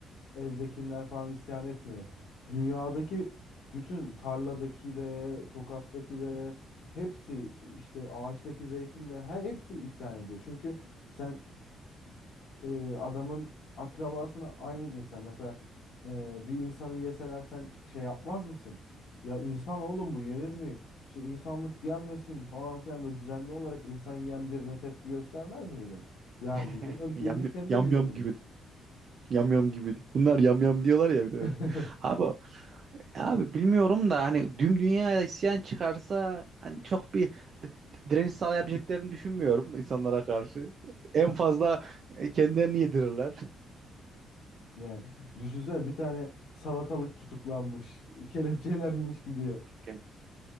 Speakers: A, on the left; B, on the right.
A: evdekiler falan isyan etmiyor. Dünyadaki bütün tarladaki de tokattaki de hepsi işte ağaçtaki zeytin de her hepsi isyan ediyor. Çünkü sen e, adamın akrabasını aynı cinsten mesela e, bir insanı yeseler sen şey yapmaz mısın? Ya insan oğlum bu yenir mi? İşte insanlık yenmesin falan filan böyle düzenli olarak insan yiyen birine tepki göstermez miydin? Yani
B: <laughs>
A: bir gün öbür
B: Yam
A: gün seni
B: yam
A: de yiyebilir.
B: yam gibi. Yam yam gibi. Bunlar yam yam diyorlar ya bir de öyle.
A: <laughs>
B: Abi abi bilmiyorum da hani tüm dünyaya isyan çıkarsa hani çok bir d- direniş sağlayabileceklerini düşünmüyorum insanlara karşı. En fazla e, kendilerini yedirirler.
A: Yani düşünsene bir tane salatalık tutuklanmış, kelepçelenmiş gidiyor.
B: Yani